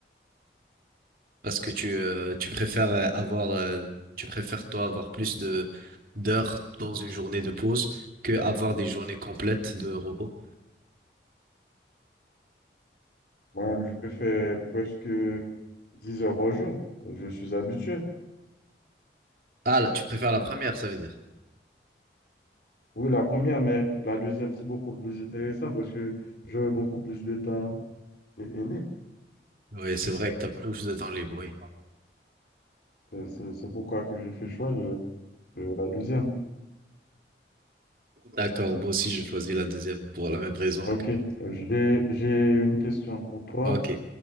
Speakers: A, on the right (about 55°); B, on the left (about 60°).
A: Parce que tu, euh, tu préfères euh, avoir euh, tu préfères toi avoir plus de d'heures dans une journée de pause que avoir des journées complètes de repos.
B: Moi-même, je fais presque 10 heures par jour. Je suis habitué.
A: Ah là, tu préfères la première, ça veut dire.
B: Oui, la première, mais la deuxième, c'est beaucoup plus intéressant parce que j'aurai beaucoup plus de temps et, et libre.
A: Oui, c'est vrai que t'as plus de temps libre, oui.
B: C'est c'est- c'est pourquoi que j'ai fait choix de, de la deuxième.
A: D'accord, moi aussi je choisis la deuxième pour la même raison
B: OK.
A: que.
B: J'ai, j'ai une question pour toi.
A: Ok.